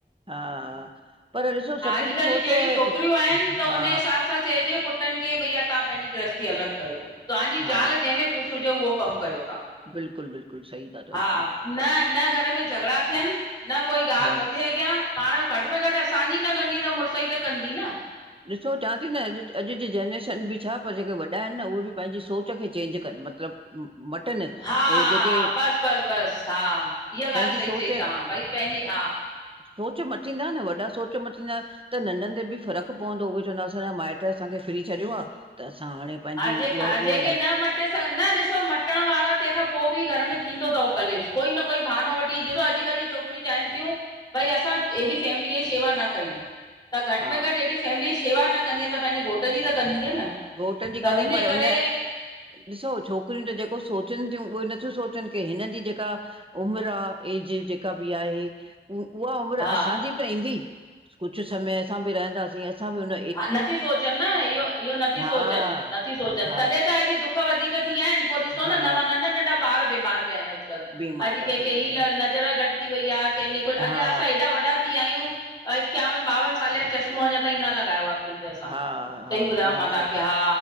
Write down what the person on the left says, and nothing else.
अॼुकल्ह
जहिड़ी
छोकिरियूं आहिनि त उन हिसाब सां चइजे पुटनि खे भईया तहां पंहिंजी गृहस्थी अलॻि कयो तव्हांजी ज़ाल
जहिं में खुश हुजे उहो कम कयो तहां,
हा न न घर में झगड़ा थियनि न कोई ॻाल्हि
वधे अग् अॻिया़ पांण घटि में घटि असांजी न कंदी त मुड़ुसई त कंदी न
हा
बसि बसि बसि हा इह्या ॻाल्हि
सही
चई तहां भई पंहिंजी हा
हा जे
हा जेके
न मट मटे सघन, न ॾिसो मटण वारा तहिखां पो बि घर में थींदो तव कलेश कोई न कोई बहानो वठी ॾिसो अॼुकल्ह जी छोकि छोकिरियूं चाहिनि तियूं, भई असां ऐॾी फैमिलीअ जी शेवा न कयूं त घटि
में घटि हेॾी फैमिलीअ जी शेवा न कंदीअ त पंहिंजे घोट जी त कंदीअ न
त
इन
करे
हा
हा नथियूं सोचनि न इह्यो -इह्यो नथियूं
सोचनि नथियूं सोचनि
तॾहिं त अॼु दुख वधीक थी या इनि पो ॾिसो
नवां नंढा नंढा ॿार बीमार पिया इनि अॼु अॼुकल,
अॼु
कहिखे
ही लर
न नज़र घटि थी वई आ, कंहिंजे कुछ अॼु
असां एॾा वॾा थी विया आहियूं इक्यावन ॿावन सालें या चश्म मो अञां ताईं न लॻायो आ अखियुनि ते असां
सही ॿुधाया़व
मां तहांखे
हा